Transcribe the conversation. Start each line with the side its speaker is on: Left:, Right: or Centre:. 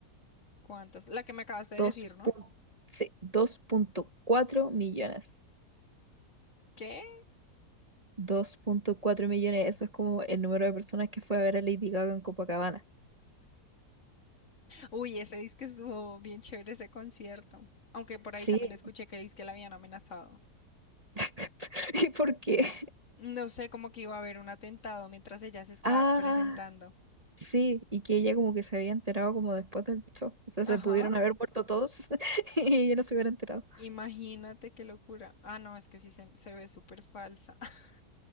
Left: ¿Cuántos? La que me acabas de decir,
Right: Dos dos
Left: ¿no?
Right: punto punto sí, dos punto cuatro millones.
Left: ¿Qué?
Right: dos punto cuatro millones, eso es como el número de personas que fue a ver a Lady Gaga en Copacabana.
Left: Uy, ese disque estuvo bien chévere ese concierto. Aunque por
Right: Sí.
Left: ahí también escuché que que la habían amenazado.
Right: <laughs> ¿Y por qué?
Left: No sé, como que iba a haber un atentado mientras ella se estaba
Right: Ah,
Left: presentando.
Right: sí, y que ella como que se había enterado como después del show. O sea,
Left: Ajá,
Right: se pudieron haber muerto todos <laughs> y ella no se hubiera enterado.
Left: imagínate qué locura. Ah, no, es que sí se, se ve súper falsa. <laughs>